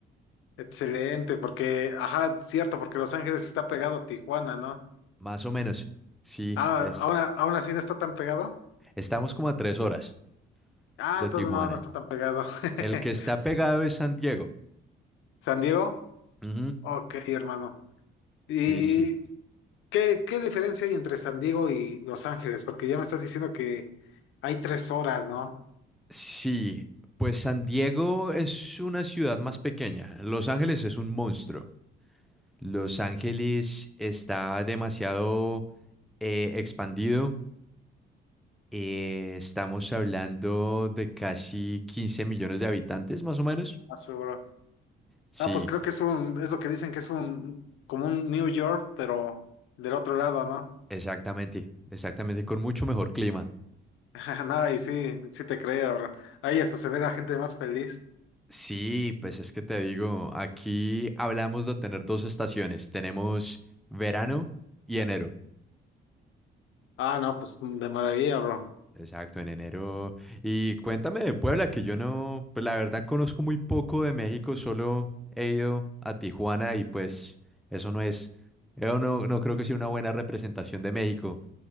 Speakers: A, on the left; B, in the centre.
A: Excelente, porque, ajá, cierto, porque Los Ángeles está pegado a Tijuana, ¿no?
B: más o menos. Sí,
A: Ah,
B: es,
A: aún, aún así no está tan pegado.
B: estamos como a tres horas
A: Ah,
B: de
A: entonces
B: Tijuana.
A: no, no está tan pegado.
B: El
A: <laughs>
B: que está pegado es San Diego.
A: ¿San Diego?
B: Ujú,
A: Ok, hermano. ¿Y
B: Sí, sí.
A: qué, qué diferencia hay entre San Diego y Los Ángeles? Porque ya me estás diciendo que hay tres horas, ¿no?
B: Sí, pues San Diego es una ciudad más pequeña. Los Ángeles es un monstruo. Los Ángeles está demasiado eh, expandido. Eh, estamos hablando de casi 15 millones de habitantes, más o menos.
A: Ah, seguro.
B: Sí,
A: Ah, pues creo que es un, es lo que dicen que es un, como un New York, pero del otro lado, ¿no?
B: exactamente, exactamente, con mucho mejor clima.
A: <laughs> No, y sí, sí te creo, bro. Ahí hasta se ve la gente más feliz.
B: Sí, pues es que te digo, aquí hablamos de tener dos estaciones. Tenemos verano y enero.
A: Ah, no, pues mm, de maravilla, bro.
B: Exacto, en enero. Y cuéntame de Puebla, que yo no, pues la verdad conozco muy poco de México, solo he ido a Tijuana y pues eso no es, yo no, no creo que sea una buena representación de México.